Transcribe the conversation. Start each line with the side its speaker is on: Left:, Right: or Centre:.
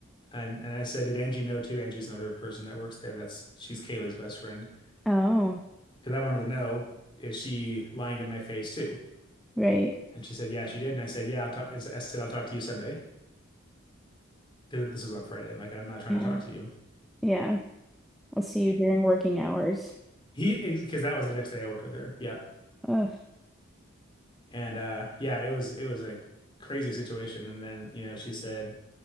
Left: and and I said, "Did Angie know too?" Angie's another person that works there. That's she's Kaylee's best friend
Centre: Oh,
Left: because I wanted to know is she lying to my face too?
Centre: right.
Left: And she said, "Yeah, she did." And I said, "Yeah, I'll talk." I said, "I'll talk to you Sunday because this was on Friday." I'm like, "I'm not trying
Centre: Yeah.
Left: to talk to you."
Centre: Yeah. I'll see you during working hours.
Left: He because that was the next day I worked with her. Yeah,
Centre: Ugh.
Left: and uh, yeah, it was it was a crazy situation. And then you know she said